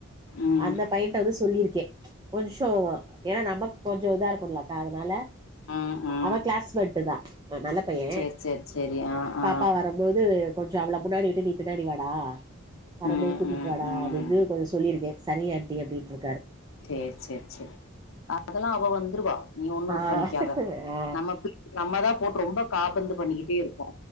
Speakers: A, on the left; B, on the right.
A: ம்
B: அந்த பையன்ட்ட வந்து சொல்லியிருக்கே கொஞ்சோ ஏன்னா நமக்கு கொஞ்சம் இதாருக் புள்ளக்கா அதனால
A: ம் ம்
B: அவ க்ளாஸ்மெட்டு தா நல்ல பைய
A: சேரி சேரி சேரி ஆ ஆ
B: பாப்பா வரம் கொஞ்சோ அவள முன்னாடி விட்டு நீ பின்னாடி வாடா வரும்போது
A: ம்
B: கூட்டிட்டு
A: ம்
B: வாடா
A: ம்
B: அப்டின்னு கொஞ்சோ சொல்லிருக்கே சரி ஆன்ட்டி அப்டின்று
A: சேர் சேர் செர் அதெல்லா அவ வந்துருவா நீ ஒண்ணும்
B: ஆ
A: இது பண்ணிக்காத
B: ஆ
A: நம்ம புள்ளிங் நம்மதா போட்டு ரொம்ப காபந்து பண்ணிக்கிட்டே இருக்கோ